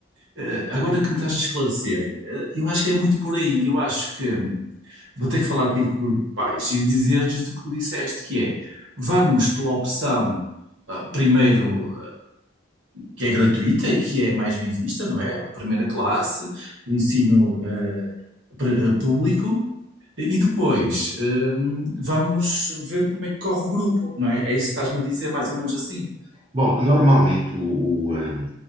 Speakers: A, on the right; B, on the right.
A: eh, agora que me estás a esclarecer, eh, eu acho que é muito por aí, eu acho que vou ter que falar aqui com o grupo de pais e dizer-lhes o que tu disseste, que é, vamos pela opção, ah, primeiro que é gratuita e que é mais bem vista, não é? A primeira classe, o ensino eh, pre- eh, público. E depois, hum, vamos vendo como é que corre o grupo, não é? É isso que estás-me a dizer, mais ou menos assim.
B: Bom, normalmente o, o, hum,